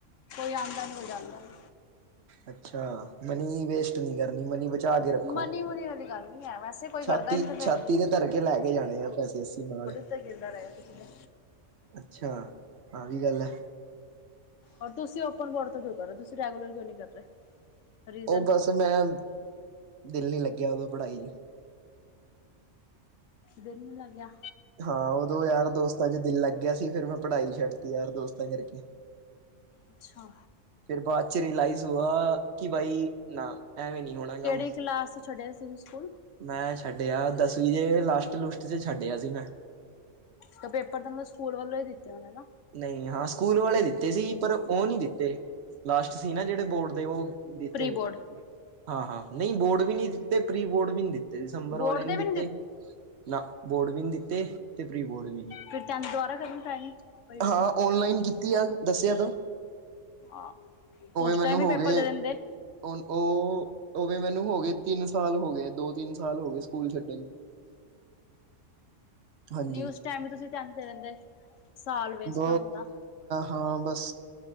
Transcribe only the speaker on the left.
ਕੋਈ ਆਂਦਾ ਨੀ ਕੋਈ ਜਾਂਦਾ ਨੀ।
ਮਨੀ ਮੁਨੀ ਵਾਲੀ ਗੱਲ ਨੀ ਹੈ ਵੈਸੇ ਕੋਈ ਕਰਦਾ
ਹੀ ਨੀ ਤੇ ਫੇਰ
ਉਤੇ ਗਿਰਦਾ ਰਹੇ ਕਿਸੀ ਦਾ
ਔਰ ਤੁਸੀ ਓਪਨ ਬੋਰਡ ਤੋਂ ਕਿਉਂ ਕਰ ਰਹੇ ਹੋ ਤੁਸੀ ਰੈਗੂਲਰ ਕਿਉਂ ਨਹੀਂ ਕਰ ਰਹੇ। ਰੀਜ਼ਨ
ਦਿਲ ਨੀ ਲੱਗਿਆ।
ਅੱਛਾ।
ਕਿਹੜੀ ਕਲਾਸ ਤੋਂ ਛੱਡਿਆ ਸੀ ਤੁਸੀਂ ਸਕੂਲ
ਤੇ ਪੇਪਰ ਤਾਂ ਮਤਲਬ ਸਕੂਲ ਵੱਲੋਂ ਹੀ ਦਿੱਤੇ ਹੋਨੇ ਨਾ
ਪ੍ਰੀ
ਬੋਰਡ
ਬੋਰਡ
ਦੇ
ਵੀ
ਫੇਰ ਤੈਂਥ ਦੁਬਾਰ ਕਰਨੀ ਪੈਣੀ। ਪਈ
ਆਹ ਉਸ
ਟਾਈਮ ਵੀ
ਪੇਪਰ
ਦੇ ਦਿੰਦੇ।
ਨੀ ਉਸ ਟਾਈਮ ਤੇ ਤੁਸੀਂ <inaudible> ਦੇ ਦਿੰਦੇ ਸਾਲ ਵੇਸਟ
ਨਾ ਹੁੰਦਾ